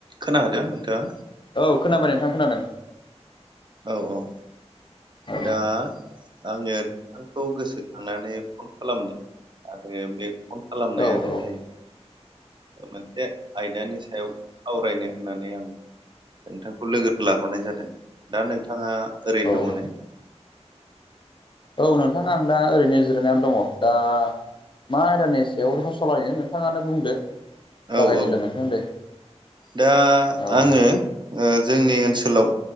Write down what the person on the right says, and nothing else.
खोनादों नोंथाङा
औ औ
दा आङो खौ गोसोखांनानै फन खालामदों आरो बे फन खालामनायानो
जाहै मोनसे आयदानि सायाव सावरायनो होननानै आं नोंथांखौ लोगो लाहरनाय जादों दा नोंथाङा ओरैनो
दङ ने
औ
औ
दा
आङो ओ जोंनि ओनसोलाव